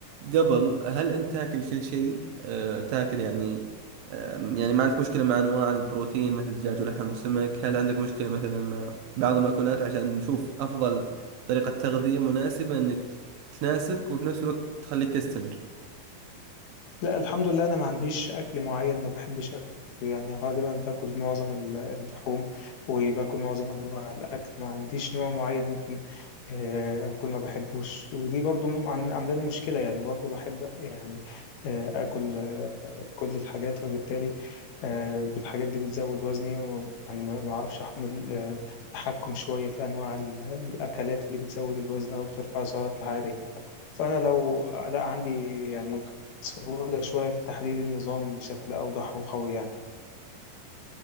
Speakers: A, on the right; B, on the left.
A: قبل هل انت تاكل كل شيء آه، تاكل يعني آم، يعني ما عندك مشكلة مع انواع البروتين مثل الدجاج ولحم وسمك هل عندك مشكلة مثلا مع بعض المأكولات عشان نشوف افضل طريقة تغذية مناسبة انك تناسبك وفي نفس الوقت تخليك تستمر
B: لا الحمد لله انا ما عنديش اكل معين ما بحبش اكله يعني غالبا باكل معظم ال- اللحوم وباكل معظم انواع الاكل ما عنديش نوع معين ممكن آه، اكون ما بحبوش ودي برضو عن- عامله لي مشكله يعني برضو بحب يعني آه، اكل آه، كل الحاجات فبالتالي آه، بالحاجات دي بتزود وزني وما- يعني ما ما اعرفش احمل آه، تحكم شويه في انواع ال- الاكلات اللي بتزود الوزن او بترفع السعرات الحراريه فأنا لو لا عندي يعني سهولة شوية في تحليل النظام بشكل أوضح وقوي يعني